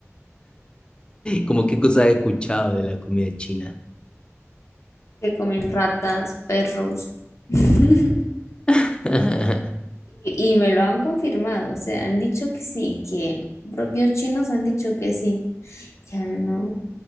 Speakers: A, on the left; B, on the left.
A: Como qué cosas he escuchado de la comida china.
B: Que comen ratas, perros. <laughs>
A: <laughs>
B: Y, y me lo han confirmado, o sea, han dicho que sí, que propios chinos han dicho que sí, ya no.